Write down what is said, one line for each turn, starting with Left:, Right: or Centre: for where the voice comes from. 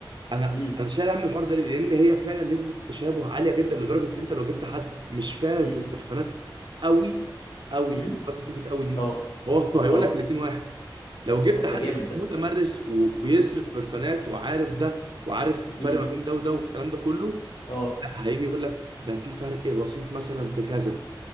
Right: انا
Left: امم
Right: انا شايل هم الحوار ده ليه؟ لان هي فعلا نسبه التشابه عاليه جدا لدرجه ان انت لو جبت حد مش فاهم
Left: امم
Right: في البرفانات قوي قوي
Left: امم
Right: خد بالك من كلمه قوي دي
Left: اه
Right: هو <laughs> هو هيقول
Left: اه
Right: لك الاتنين واحد لو جبت
Left: طب
Right: حد
Left: ده جامد
Right: بقى
Left: ده
Right: متمرس وبيصرف برفانات وعارف ده وعارف الفرق
Left: امم
Right: ما بين ده وده والكلام ده كله
Left: اه
Right: لا هيجي يقول لك ده في فرق بسيط مثلا في كذا